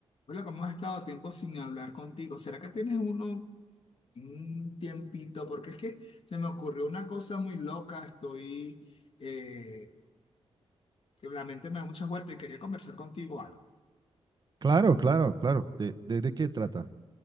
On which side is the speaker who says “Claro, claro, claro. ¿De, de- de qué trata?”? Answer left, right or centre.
Right